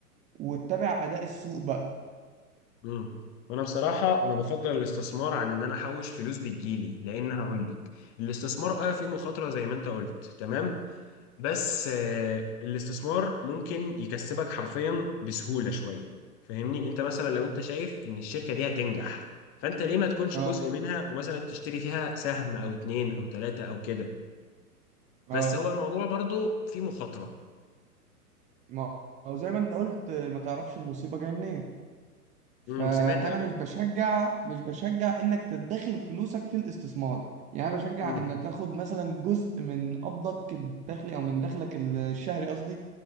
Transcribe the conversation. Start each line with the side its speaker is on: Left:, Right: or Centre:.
Right: وتتابع أداء السوق بقى
Left: امم وانا بصراحه انا بفضل الاستثمار عن ان انا احوش فلوس بتجيلي لان هقول لك الاستثمار اه فيه مخاطره زي ما انت قلت تمام بس آه الاستثمار ممكن يكسبك حرفيا بسهوله شويه فاهمني انت مثلا لو انت شايف ان الشركه دي هتنجح فانت ليه ما تكونش
Right: اه
Left: جزء منها ومثلا تشتري فيها سهم او اتنين او تلاته او كده
Right: اه
Left: بس هو الموضوع برضو فيه مخاطره
Right: ما هو زي ما انت قلت آه، ما تعرفش المصيبة جاية منين فانا
Left: امم سمعت قبل؟
Right: مش بشجع مش بشجع انك تدخر فلوسك في الاستثمار يعني انا بشجع
Left: امم
Right: ان تاخد مثلا جزء من قبضك الدخلي او من دخلك الشهري قصدي